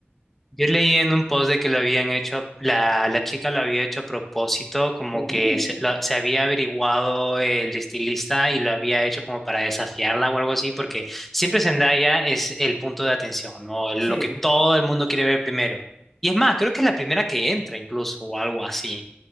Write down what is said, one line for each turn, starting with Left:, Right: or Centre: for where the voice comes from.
Centre: Yo leí en un post de que lo habían hecho, la, la chica lo había hecho a propósito, como
Left: Oh,
Centre: que se,
Left: uh,
Centre: lo- se había averiguado el estilista y lo había hecho como para desafiarla o algo así, porque siempre Zendaya es el punto de atención, ¿no? Lo
Left: sí.
Centre: que todo el mundo quiere ver primero. Y es más, creo que es la primera que entra incluso o algo así.